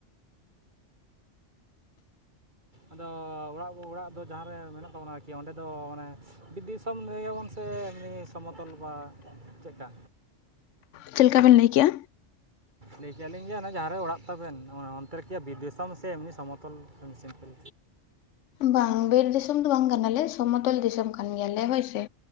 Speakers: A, on the right (about 40°); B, on the left (about 75°).
A: ᱟᱫᱚ ᱚᱲᱟᱜ ᱚᱲᱟᱜ ᱫᱚ ᱡᱟᱦᱟᱸᱨᱮ ᱢᱮᱱᱟᱜ ᱛᱟᱵᱚᱱᱟ ᱟᱨᱠᱤ ᱚᱸᱰᱮ ᱫᱚ ᱢᱟᱱᱮ ᱠᱷᱤᱛᱤᱥ ᱞᱟᱹᱭᱟᱵᱚᱱ ᱥᱮ ᱮᱢᱱᱤ ᱥᱚᱢᱚᱛᱚᱞ ᱵᱟ ᱪᱮᱫᱠᱟ?
B: ᱪᱮᱫᱠᱟ ᱵᱤᱱ ᱞᱟᱹᱭ ᱠᱮᱜᱼᱟ?
A: ᱞᱟᱹᱭ ᱫᱟ. ᱞᱤᱧ ᱡᱮ ᱚᱱᱮ ᱡᱟᱦᱟᱸᱨᱮ ᱚᱲᱟᱜ ᱛᱟᱵᱮᱱ ᱚᱱᱟ ᱚᱱᱛᱮ ᱨᱮ ᱠᱤ ᱵᱤᱨ ᱫᱤᱥᱚᱢ ᱥᱮ ᱮᱢᱱᱤ ᱥᱚᱢᱚᱛᱚᱞ ᱥᱤᱢᱯᱮᱞ?
B: ᱵᱟᱝ ᱵᱤᱨ ᱫᱤᱥᱚᱢ ᱫᱚ ᱵᱟᱝ ᱠᱟᱱᱟᱞᱮ, ᱥᱚᱢᱚᱛᱚᱞ ᱫᱤᱥᱚᱢ ᱠᱟᱱ ᱜᱮᱭᱟᱞᱮ ᱦᱳᱭᱥᱮ᱾